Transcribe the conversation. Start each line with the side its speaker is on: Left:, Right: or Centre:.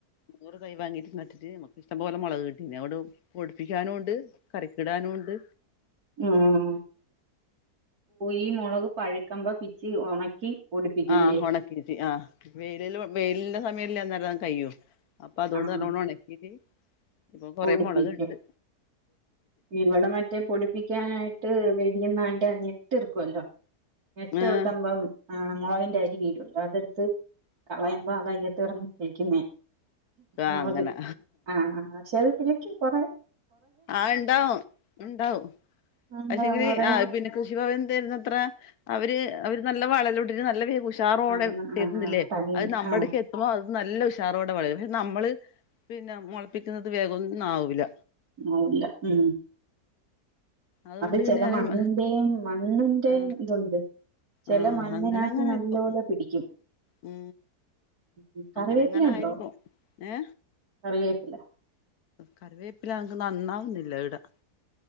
Left: നൂറ് തയ് വാങ്ങിട്ട് നട്ട് ് നമക്ക് ഇഷ്ടംപോലെ മുളകക് കിട്ടിന്നെ അതോണ്ട് പൊടിപ്പിക്കാനുംണ്ട് കരിക്കടാനുംണ്ട് കറിക്കിടാനുംണ്ട്
Right: ഉം ഈ മുളക് പഴുക്കമ്പ പിച്ച് ഉണക്കി പൊടിപ്പിക്കൂല്ലേ
Left: ആഉണക്കീട്ട ആ് വെയിലിൽ വെയിലിൻന്റെ സമയല്ല അന്നേരം കഴോ അപ്പൊ അതോണ്ട്
Right: ആഹ്
Left: നല്ലോണം ഉണക്കീട്ട് ഇപ്പൊ കൊറെേ
Right: പൊടിപ്പിക്കും
Left: മുളക്ണ്ട്
Right: ഇവിടെ മറ്റേ പൊടിപ്പിക്കാനായിട്ട് വെടുന്ന ഞെട്ട് ഇർക്കുവല്ലോ ഞെട്ട്ർക്കുമ്പം
Left: ഏഹ്
Right: ആഹ് മുളകന്റെ അര് വീടുല്ലോ അതെടുത്ത് കളയുമ്പോ അത് അയ്യത്ത് ഇറന്ന് കളിക്കുന്ന
Left: ആഹ്
Right: മുളക്
Left: അങ്ങനെ
Right: ആ പക്ഷെ അത് പിക്ക് കൊറ
Left: ആഉണ്ടാവും ഉണ്ടാവും
Right: എന്താ
Left: പക്ഷെങ്കില്
Right: കൊറേ
Left: ആ പിന്നെ കൃഷിഭവൻ തരുന്നത്ര അവര് അവര് നല്ല വളലോട്ടി നല്ല ഉഷാറോടെ
Right: ആഹ് ആഹ്
Left: തരുന്നില്ലേ
Right: ആഹ് തനി
Left: അത് നമ്മടക്ക്
Right: ആഹ്
Left: എത്തുമ്പോ നല്ല ഉഷാറോടെ വള പക്ഷെ നമ്മള് പിന്നെ മുളപ്പിക്കുന്നത് വേഗംന്നും ആാവൂില്ല
Right: ആല്ല ഉ
Left: അതുകൊണ്ട്
Right: അത്
Left: പിന്നെ
Right: ചില
Left: ഞാൻ
Right: മണ്ണിന്റെയും മണ്ണിന്റെ
Left: ആഹ്
Right: ഇതുണ്ട് ചില
Left: ആഹ്
Right: മണ്ണിനത്ത്
Left: അങ്ങനെങ്ങനെ
Right: നല്ല
Left: ആയിരിക്കും
Right: പോലെ പിടിക്കും
Left: ഉം
Right: ഉ കറിവേപ്പില
Left: അങ്ങനെ അങ്ങനെ
Right: ഉണ്ടോ
Left: ആയിരിക്കും ഏ
Right: കറിവേപ്പില
Left: കറിവേപ്പില നനക്ക് നന്നാവുന്നില്ല ഇവിടാ